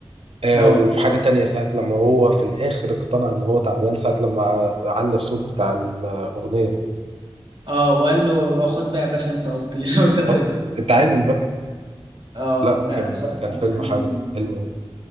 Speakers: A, on the right; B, on the right.
A: آه
B: هوا
A: وفي
B: اه
A: حاجة تانية ساعة لما هو في الآخر اقتنع إن هو تعبان ساعة لما علّى الصوت بتاع الأغنية
B: اه وقال له خد بقى يا باشا انت وطي <laughs> وانت تقدر
A: آه، اتعامل بقى
B: اه
A: لا
B: لا
A: كان
B: بصراحة
A: كان فيلم
B: الفيلم
A: حاوي حلو أوي